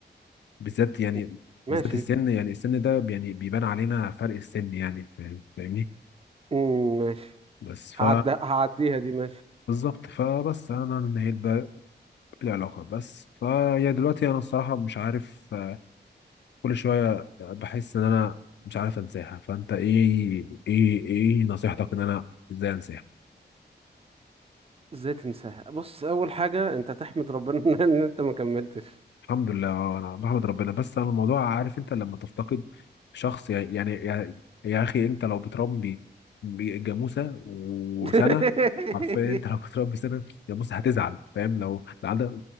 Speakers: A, on the left; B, on the right.
A: بالذات يعني
B: م. ماشي
A: بالذات السن يعني السن ده يعني بيبان علينا فرق السن يعني فا- فاهمني
B: امم ماشي
A: بس ف
B: هعدي هعديها دي ماشي
A: بالظبط فبس انا نهيت بقى العلاقه بس فيا دلوقتي انا الصراحه مش عارف آه، كل شويه بحس ان انا مش عارف انساها فانت ايه ايه ايه نصيحتك ان انا ازاي انساها
B: ازاي تنساها بص اول حاجه انت تحمد ربنا <laughs> ان انت ما كملتش
A: الحمد لله اه انا بحمد ربنا بس انا الموضوع عارف انت لما تفتقد شخص يعني يعني يعني- يا اخي انت لو بتربي جاموسه وسنه
B: <laughs>
A: حرفيا انت <laughs> لو بتربي سنه جاموسه هتزعل فاهم لو لو عندك